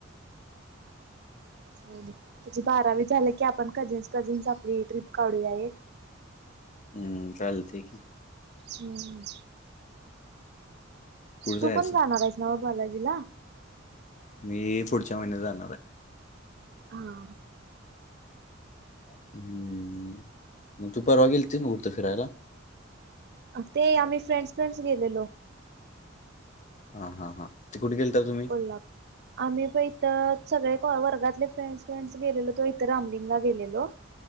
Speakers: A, on the right; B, on the left.
A: त्याजी बारावी झाली की आपण कजिन्स कजिन्स आपली ट्रिप काढूया एक. <inaudible>
B: हम्म चालतंय की.
A: हम्म.
B: कुठं जायचं
A: तू पण जाणार आहेस नव बालाजीला?
B: मी पुढच्या महिन्यात जाणारय.
A: हा.
B: हम् म तू परवा गेलती ना कुटतर फिरायला?
A: अ ते आम्ही फ्रेडस फ्रेडस गेलेलो.
B: हा हा हा. ते कुठ गेलता तू
A: कोल्हा आम्ही प इथं सगळे वर्गातले फ्रेंड्स फेड्स गेलेलो तो इथं रामलिंगला गेलेलो.